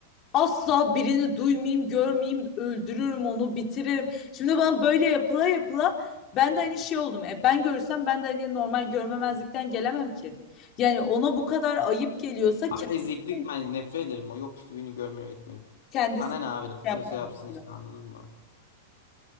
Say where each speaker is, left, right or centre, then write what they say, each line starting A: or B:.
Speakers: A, on the left; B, on the left.
A: Asla birini duymayayım, görmeyeyim, öldürürüm onu, bitiririm. Şimdi bana böyle yapıla yapıla ben de hani şey oldum. E ben görürsem ben de hani normal görmemezlikten gelemem ki. Yani ona bu kadar ayıp geliyorsa kendisi,
B: Abi eziklik ben nefret ederim. O yok işte birini görmüyor etmeyeyim.
A: kendisi
B: Sana ne abi? Ne
A: şey
B: yapıyorsa
A: yapmamak
B: yapsın işte
A: lazım.
B: anladın mı?